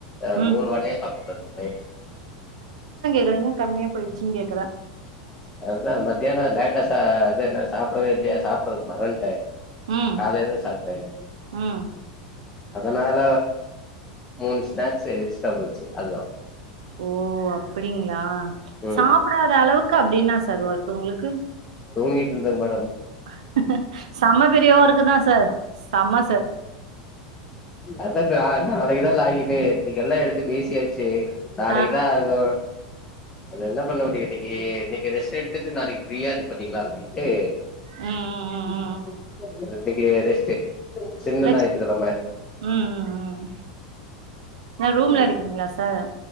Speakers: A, on the left; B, on the right.
A: ஆ
B: ம்
A: மூணு வடைய சாப்டேன் நைட்
B: <inaudible> கம்மியாபோயிடுச்சுனு கேக்குரா
A: அத்தா மத்தியானம் லேட்டா சா அது அத சாப்பிடவே இல்லயா சாப்பிடுறக்கு மறந்துட்டேன்
B: ம்
A: காலைல சாப்டேன்
B: ம்
A: அதனால மூணு ஸ்நாக்ஸ் எக்ஸ்ட போச்சு அது தன்
B: ஓ அப்படிங்களா
A: ம்
B: சாப்டாத அளவுக்கு அப்டின்னா சார் ஓர்க் உங்களுக்கு
A: தூங்கிட்டு இருந்தேங்க மேடம்
B: <inaudible> செம்ம பெரி ஓர்கு தான் சார் சாம சார்
A: அதான் நாளைக்கு தான் லக்கிட்டு இன்கு எல்லாம் எடுத்து பேசியாச்சு நாளைத்
B: ஆ
A: தான் அதும் அது என்ன பண்ண முடியும் இன்னைக்கு இன்னைக்கு ரெஸ்ட் எடுத்துட்டு நாளைக்கு ஃப்ரீயா இது பண்ணிக்கலாம் அப்டின்ட்டு
B: ம் ம்
A: <unintelligible>
B: ம் ம்
A: இன்னைக்கு ரெஸ்டு சின்ன
B: ரெஸ்ட்
A: ஞாயித்து கிழம
B: ம் ம் ம் ஏ ரூம்ல
A: ம்
B: இருக்கீங்களா சார்